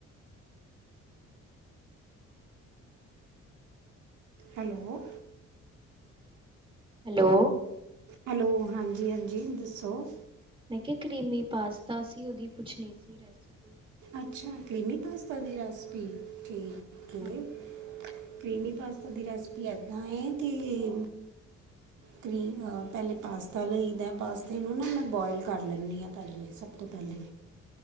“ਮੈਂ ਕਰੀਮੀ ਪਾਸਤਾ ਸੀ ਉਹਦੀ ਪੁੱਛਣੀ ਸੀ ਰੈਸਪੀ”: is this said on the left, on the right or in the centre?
Right